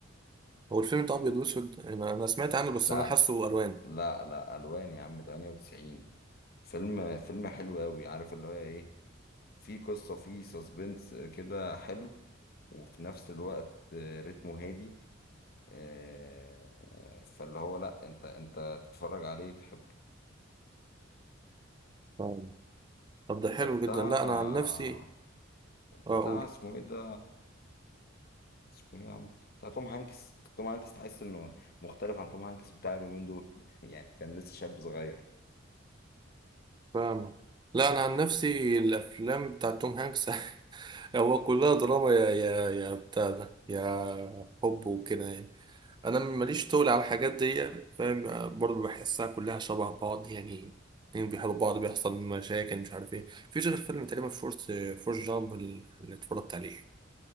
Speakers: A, on the right; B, on the left.
A: هو الفيلم ده ابيض واسود انا انا سمعت عنه بس
B: لا
A: انا حاسه الوان
B: لا لا الوان يا عم 98 فيلم فيلم حلو قوي عارف اللي هو ايه في قصه في سسبنس كده حلو وفي نفس الوقت رتمه هادي آه، فاللي هو لا انت انت تتفرج عليه تحب
A: ف- طب ده
B: ده
A: حلو
B: بتاع
A: جدا لا انا عن نفسي آه،
B: بتاع
A: اقول
B: اسمه ايه ده اسمه ايه يا عم بتاع توم هانكس توم هانكس تحس انه مختلف عن توم هانكس بتاع اليومين دول <laughs> يعني كان لسه شاب صغير
A: فاهمك لا انا عن نفسي الافلام بتاع توم هانكس <laughs> هو كلها دراما يا يا يا بتاع ده يا حب وكده يعني انا ماليش طول على الحاجات دي فاهم آه، برضه بحسها كلها شبه بعض يعني اتنين بيحبوا بعض بيحصل مشاكل مش عارف ايه مفيش غير فيلم تقريبا فورس فورس جامب اللي اتفرجت عليه